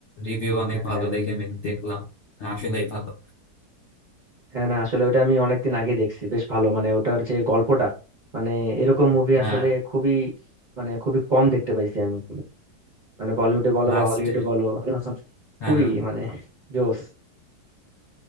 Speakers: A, on the left; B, on the right.
A: রিভিউ অনেক
B: হ্যাঁ
A: ভালো দেখে আমি দেখলাম আসলেই ভালো
B: হ্যাঁ না আসলে ওটা আমি অনেকদিন আগে দেখছি বেশ ভালো মানে ওটার যে গল্পটা মানে এরকম মুভি
A: হ্যাঁ
B: আসলে খুবই মানে খুবই কম দেখতে পাইছি আমি মানে বলিউডে বলো
A: লাস্টে
B: বা হলিউডে বলো
A: হ্যাঁ
B: খুবই মানে জোস